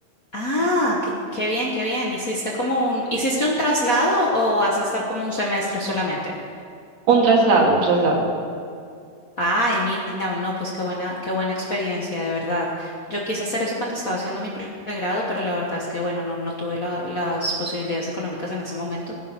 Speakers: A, on the left (about 85°); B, on the right (about 55°).
A: ah, qué, qué bien, qué bien. ¿Hiciste como un, hiciste un traslado o vas a estar como un semestre solamente?
B: Un traslado, un traslado.
A: Ay, mira, no, pues qué buena, qué buena experiencia, de verdad. Yo quise hacer eso cuando estaba haciendo mi pregrado, pero la verdad es que, bueno, no, no tuve la- las posibilidades económicas en ese momento